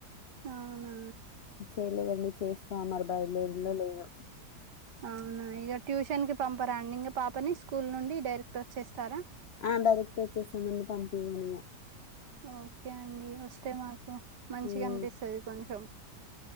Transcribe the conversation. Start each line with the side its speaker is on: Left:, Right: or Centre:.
Right: అవున
Left: చేయలేదుండి చేస్తా మరి బయదేరులో లేదో
Right: అవునా ఇక ట్యూషన్ కి పంపారా అండి ఇంకా పాపని స్కూల్ నుండి డైరెక్ట్ వచ్చేస్తారా
Left: ఆ డైరెక్ట్ వచ్చేస్తాం పంపివ్వనిగా
Right: ఓకే అండి వస్తే మాకు మంచిగా
Left: హ్మ్.
Right: అనిపిస్తుంది కొంచం